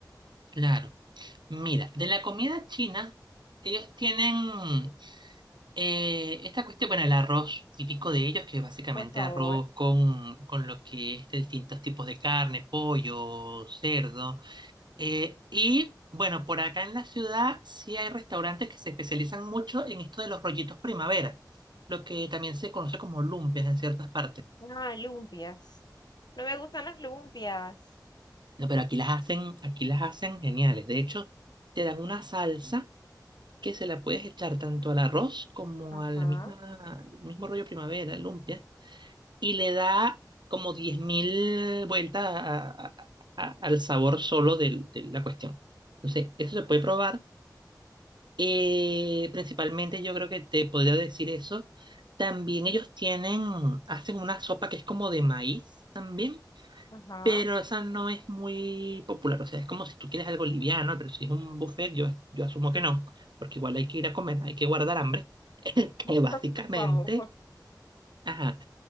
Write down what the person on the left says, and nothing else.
Por favor.
Ah, lumpias. No me gustan las lumpias.
Ajá,
ajá.
<laughs>
Por favor.